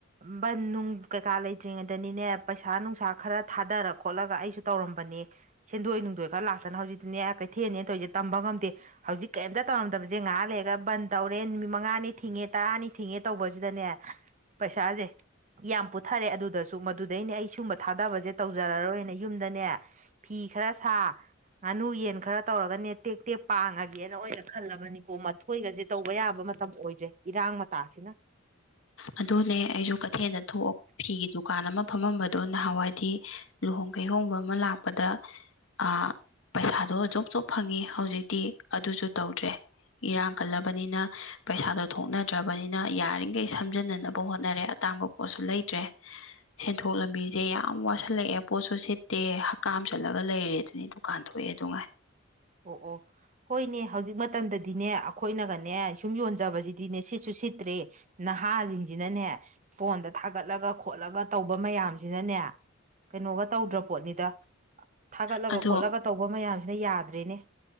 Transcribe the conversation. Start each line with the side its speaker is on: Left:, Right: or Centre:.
Right: ꯕꯟ ꯅꯨꯡ ꯀꯩꯀꯥ ꯂꯩꯇ꯭ꯔꯤꯉꯩꯗꯅꯤꯅꯦ ꯄꯩꯁꯥ ꯅꯨꯡꯁꯥ ꯈꯔ ꯊꯥꯗꯔ ꯈꯣꯠꯂꯒ ꯑꯩꯁꯨ ꯇꯧꯔꯝꯕꯅꯦ ꯁꯦꯟꯗꯣꯏ ꯅꯨꯡꯗꯣꯏ ꯈꯔ ꯂꯥꯛꯇꯅ ꯍꯧꯖꯤꯛꯇꯤꯅꯦ ꯀꯩꯊꯦꯜꯅꯦꯅ ꯇꯧꯔꯤꯁꯦ ꯇꯝꯕ ꯉꯝꯗꯦ ꯍꯧꯖꯤꯛ ꯀꯩꯝꯇ ꯇꯧꯔꯝꯗꯕꯁꯦ ꯉꯥꯏꯍꯥꯛ ꯂꯩꯔꯒ ꯕꯟ ꯇꯧꯔꯦ ꯅꯨꯃꯤ ꯃꯤꯠ ꯃꯉꯥꯅꯤ ꯊꯤꯡꯉꯦ ꯇꯔꯥꯅꯤ ꯊꯤꯡꯉꯦ ꯇꯧꯕꯖꯤꯗꯅꯦ ꯄꯩꯁꯥꯖꯦ ꯌꯥꯝ ꯄꯨꯊꯔꯦ ꯑꯗꯨꯗꯁꯨ ꯃꯗꯨꯗꯩꯅꯦ ꯑꯩ ꯁꯨꯝꯕ ꯊꯥꯗꯕꯁꯦ ꯇꯧꯖꯔꯔꯣꯏꯅ ꯌꯨꯝꯗꯅꯦ ꯐꯤ ꯈꯔ ꯁꯥ ꯉꯥꯅꯨ ꯌꯦꯟ ꯈꯔ ꯇꯧꯔꯒꯅꯦ ꯇꯦꯛ ꯇꯦꯛ ꯄꯥꯡꯉꯒꯦꯅ ꯑꯣꯏꯅ ꯈꯜꯂꯕꯅꯤꯀꯣ ꯃꯊꯣꯏꯒꯖꯦ ꯇꯧꯕ ꯌꯥꯕ ꯃꯇ ꯇꯝ ꯑꯣꯏꯗ꯭ꯔꯦ ꯏꯔꯥꯡ ꯃꯇꯥꯁꯤꯅ
Left: ꯑꯗꯨꯅꯦ ꯑꯩꯖꯨ ꯀꯊꯦꯜꯗ ꯊꯣꯛꯑ ꯐꯤꯒꯤ ꯗꯨꯀꯥꯟ ꯑꯃ ꯐꯝꯃꯝꯕꯗꯣ ꯅꯍꯥꯋꯥꯏꯗꯤ ꯂꯨꯍꯣꯡ ꯀꯩꯍꯣꯡꯕ ꯑꯃ ꯂꯥꯛꯄꯗ ꯑ ꯄꯩꯁꯥꯗꯣ ꯖꯣꯞ ꯖꯣꯞ ꯐꯪꯉꯤ ꯍꯧꯖꯤꯛꯇꯤ ꯑꯗꯨꯁꯨ ꯇꯧꯗ꯭ꯔꯦ ꯏꯔꯥꯡ ꯀꯜꯂꯕꯅꯤꯅ ꯄꯩꯁꯥꯗꯣ ꯊꯣꯛꯅꯗ꯭ꯔꯕꯅꯤꯅ ꯌꯥꯔꯤꯈꯩ ꯁꯝ ꯖꯟꯅꯅꯕ ꯍꯣꯠꯅꯔꯦ ꯑꯇꯥꯡꯕ ꯄꯣꯠꯁꯨ ꯂꯩꯗ꯭ꯔꯦ ꯁꯦꯟꯊꯣꯛ ꯂꯝꯕꯤꯖꯦ ꯌꯥꯝ ꯋꯥꯁꯜꯂꯛꯑꯦ ꯄꯣꯠꯁꯨ ꯁꯤꯠꯇꯦ ꯍꯀꯥꯝ ꯆꯠꯂꯒ ꯂꯩꯔꯦ ꯑꯗꯨꯅꯤ ꯑꯗꯨꯝ ꯀꯥꯟ ꯊꯣꯛꯑꯦ ꯗꯨ ꯉꯥꯏ
Right: ꯑꯣ ꯑꯣ ꯍꯣꯏꯅꯦ ꯍꯧꯖꯤꯛ ꯃꯇꯝꯗꯗꯤꯅꯦ ꯑꯈꯣꯏꯅꯒꯅꯦ ꯁꯨꯝ ꯌꯣꯟꯖꯕꯁꯤꯗꯤꯅꯦ ꯁꯤꯠꯁꯨ ꯁꯤꯠꯇ꯭ꯔꯦ ꯅꯍꯥꯖꯤꯡꯖꯤꯅꯅꯦ ꯐꯣꯟꯗ ꯊꯥꯒꯠꯂꯒ ꯈꯣꯠꯂꯒ ꯇꯧꯕ ꯃꯌꯥꯝ ꯖꯤꯅꯅꯦ ꯀꯩꯅꯣꯒ ꯇꯧꯗ꯭ꯔ ꯄꯣꯠꯅꯤꯗ ꯊꯥꯒꯠꯂꯒ
Left: ꯑꯗꯣ
Right: ꯈꯣꯠꯂꯒ ꯇꯧꯕ ꯃꯌꯥꯝꯁꯤꯅ ꯌꯥꯗ꯭ꯔꯦꯅꯦ